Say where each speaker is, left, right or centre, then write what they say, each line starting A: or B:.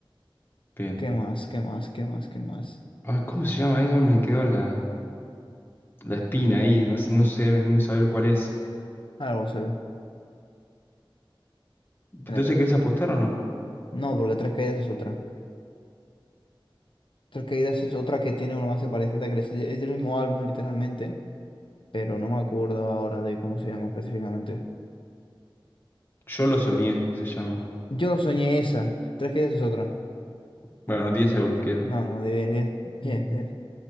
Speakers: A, on the left; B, on the left.
A: Bien.
B: ¿Qué más? ¿Qué más? ¿Qué más? ¿Qué más?
A: Ah, ¿cómo se llama eso? Me quedó la, la espina ahí. vas- No sé, no saber cuál es.
B: Algo se ve.
A: Entonces,
B: NP.
A: ¿querés apostar o no?
B: No, porque Tres Caídas es otra. Tres Caídas es otra que tiene una base parecida, que es es del mismo álbum, literalmente, pero no me acuerdo ahora de cómo se llama específicamente.
A: Yo lo soñé, se llama.
B: Yo lo soñé esa. Tres que es otra.
A: Bueno, 10 euros quiero.
B: No, no, diez diez diez
A: Ujú.
B: 10.